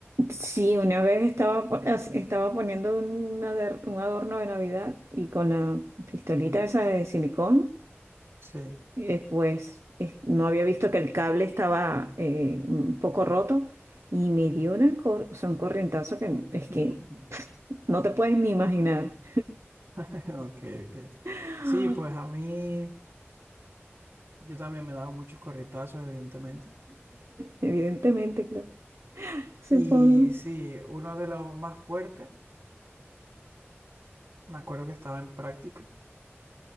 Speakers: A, on the right (about 80°); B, on the right (about 65°).
A: sí, una vez estaba, po- as- estaba poniendo un, ader- un adorno de Navidad y con la pistolita esa de silicón,
B: Sí.
A: eh, pues es- no había visto que el cable estaba eh, un poco roto y me dio una cor- o sea, un corrientazo que es que
B: <laughs>
A: no te puedes ni imaginar.
B: Ok, ok.
A: <laughs>
B: Sí, pues a mí, yo también me he dado muchos corrientazos, evidentemente.
A: Evidentemente, claro. Supongo.
B: Y sí, uno de los más fuertes Me acuerdo que estaba en práctica